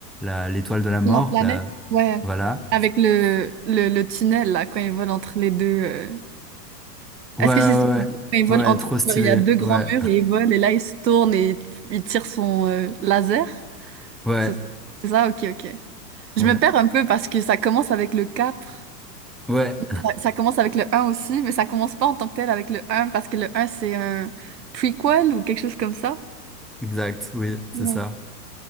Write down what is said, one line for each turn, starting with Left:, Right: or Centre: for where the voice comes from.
Centre: la- l'étoile de la mort.
Right: La planète?
Centre: Là.
Right: Ouais.
Centre: Voilà.
Right: Avec le, le, le tunnel, là, quand ils volent entre les deux. euh.
Centre: Ouais,
Right: Est-ce
Centre: ouais,
Right: que c'est ça
Centre: ouais.
Right: qu'ils font quand ils volent
Centre: Ouais,
Right: entre...
Centre: trop stylé.
Right: genre, il y a deux grands
Centre: Ouais,
Right: murs et ils volent, et là, ils se tournent et ils tirent son euh, laser?
Centre: <laughs> ouais,
Right: C'est c'est ça? Ok, ok. Je
Centre: ouais,
Right: me perds un peu parce que ça commence avec le 4.
Centre: ouais.
Right: Ça, ça commence avec le un aussi, mais ça commence pas en tant que tel avec le un parce que le un c'est un prequel ou quelque chose comme ça.
Centre: Exact, oui, c'est
Right: Ouais.
Centre: ça.